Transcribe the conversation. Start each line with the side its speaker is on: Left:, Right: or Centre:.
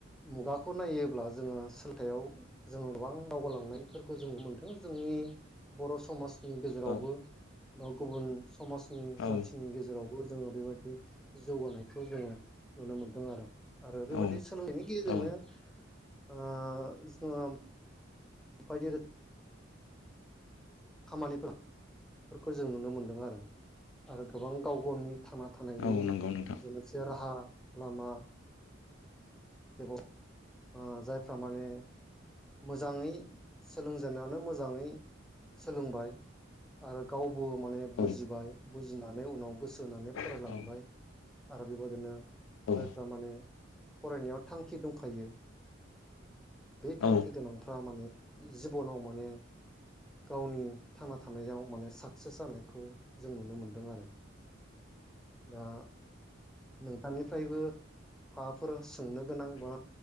Centre: मुगाखौ नायोब्ला जोङो सोलथायाव जोङो गोबां दावगालांनायफोरखौ जोङो मोनदों जोंनि बर' समाजनि गेजेरावबो
Left: औ
Centre: बा गुबुन समाजनि
Left: औ
Centre: जाथिनि गेजेराव बो जोङो बेबायाददि जौगानायखौ जोङो नुनो मोनदों आरो आरो बेबादि
Left: औ
Centre: सोलोंनायनि गेजेरजोंनो
Left: औ
Centre: ओ <unintelligible> <unintelligible> खामानिफोर खौ जों नुनो मोनदों आरो आरो गोबां गाव गावनि थांना थानायनि
Left: औ नंगौ नोंथां
Centre: जे मोनसे राहा लामा <unintelligible> ओ जायफ्रा माने मोजाङै सोलोंजेननायावनो मोजाङै सोलोंबाय आरो गाव बो माने बुजिबाय
Left: औ
Centre: बुजिनानै उनाव गोसो होनानै फरायलांबाय
Left: औ
Centre: आरो बेबादिनो
Left: औ
Centre: जायफ्रा माने फरायनायाव थांखि दंखायो थांखि
Left: औ
Centre: गोनांफ्रा माने जिबनाव माने गावनि थांना थानायाव माने साक्सेस जानायखौ जों नुनो मोनदों आरो दा नोंथांनिफ्रायबो हाफोर सोंनो गोनां बा